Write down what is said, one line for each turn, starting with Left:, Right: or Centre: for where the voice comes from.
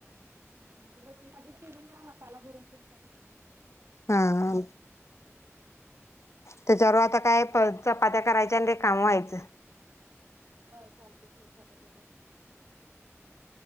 Right: <unintelligible> त्याला भरून तिन करतीस.
Left: हम हम त्याच्यावर आता काय प चपात्या करायच्या अन् रिकामं व्हायचं.
Right: बर चालतंय. <unintelligible> चपात्या